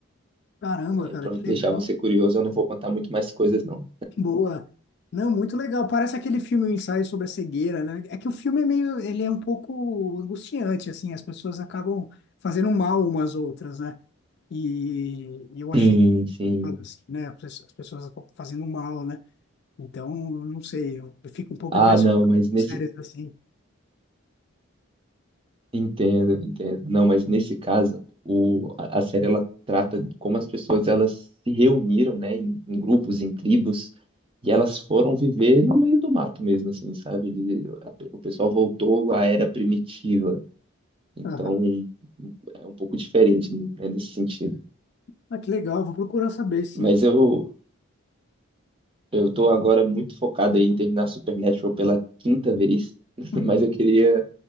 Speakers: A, on the left (about 50°); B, on the right (about 25°).
A: Caramba,
B: Aí,
A: cara,
B: pra
A: que
B: deixar
A: legal.
B: você curioso, eu não vou contar muito mais coisas, não.
A: Boa. Não, muito legal. Parece aquele filme, O Ensaio sobre a Cegueira, né? É que o filme é meio, ele é um pouco angustiante, assim, as pessoas acabam fazendo mal umas outras, né? E eu achei,
B: Sim, sim.
A: assim, né? As pessoas as pessoas fazendo mal, né? Então, não sei, eu fico um pouco
B: Ah,
A: impressionado
B: não,
A: com
B: mas nesse.
A: séries assim.
B: Entendo, entendo. Não, mas nesse caso, o, a a série ela trata de como as pessoas elas se reuniram, né, em, em grupos, em tribos, e elas foram viver no meio do mato mesmo, assim, sabe? Ele- a- o pessoal voltou à era primitiva. Então,
A: Aham.
B: é um pouco diferente, né, nesse sentido.
A: Ah, que legal, vou procurar saber, sim.
B: Mas eu eu tô agora muito focado aí em terminar Supernatural pela quinta vez, <laughs>
A: Uhum.
B: mas eu queria.